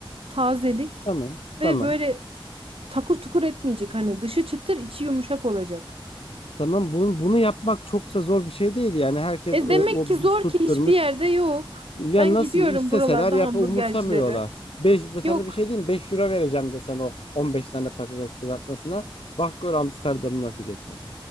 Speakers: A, on the right (about 80°); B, on the left (about 85°).
A: tazelik
B: Tamam. Tamam.
A: ve böyle takur tukur etmeyecek. Hani dışı çıtır, içi yumuşak olacak.
B: Tamam bunu, bunu yapmak çok da zor bir şey değil yani herkes
A: E
B: o,
A: demek
B: o
A: ki zor
B: tutturmuş.
A: ki hiçbir yerde yok.
B: Ya
A: Ben
B: nasıl
A: gidiyorum
B: isteseler
A: buralarda
B: yap
A: hamburgercilere.
B: umursamıyorlar. 5
A: Yok.
B: sana bir şey diyeyim mi? beş euro vereceğim desen o 15 tane patates kızartmasına. Bak gör Amsterdam'ı nasıl geçerli.